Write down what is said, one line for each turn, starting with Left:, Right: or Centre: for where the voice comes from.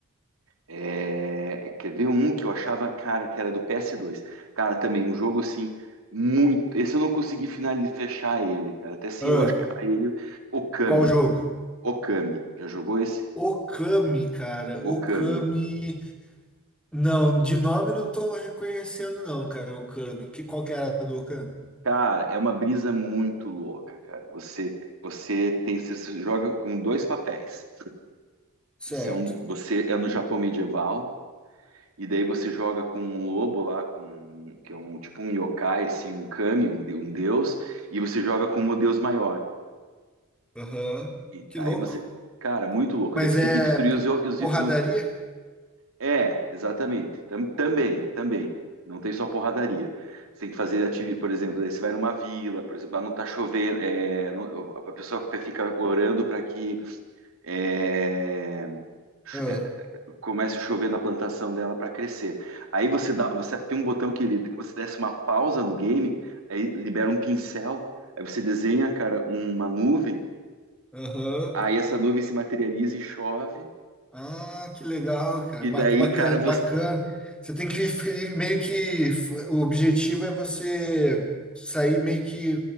Right: É, quer ver um que eu achava, cara, que era do PS2. Cara, também um jogo assim, muito. Esse eu não consegui finalizar, fechar ele, cara. Até se
Centre: ah.
Right: eu achar ele, Okami.
Centre: Qual jogo?
Right: Okami. Já jogou esse?
Centre: Okami, cara.
Right: Okami.
Centre: Okami. Não, de nome não tô reconhecendo, não, cara. Okami. Que, qual que era a do Okami?
Right: Cara, é uma brisa muito louca, cara. Você, você tem, você se joga com dois papéis.
Centre: Certo.
Right: Você é, um, você é no Japão medieval e daí você joga com um lobo lá, com um, que é um tipo um yokai, assim, um kami, um, de- um deus, e você joga com um deus maior.
Centre: Aham.
Right: E
Centre: Que
Right: aí
Centre: louco.
Right: você, cara, muito louco.
Centre: Mas
Right: Daí você
Centre: é
Right: tem que destruir
Centre: p-
Right: os, yo- os,
Centre: porradaria?
Right: É, exatamente. Tam- também, também. Não tem só porradaria. Você tem que fazer atividade, por exemplo, daí você vai numa vila, por exemplo, lá não tá chovendo, é, não- a pessoa pe- fica orando para que é, cho-
Centre: Ah,
Right: é, comece a chover na plantação dela para crescer. Aí você dá, você aperta um botão que ele, que você desse uma pausa no game, aí libera um pincel, aí você desenha, cara, uma nuvem,
Centre: Aham.
Right: aí essa nuvem se materializa e chove.
Centre: Ah, que legal, cara.
Right: E
Centre: Ba-
Right: daí,
Centre: Bacana,
Right: cara, você,
Centre: bacana. Você tem que fi- meio que o objetivo é você sair meio que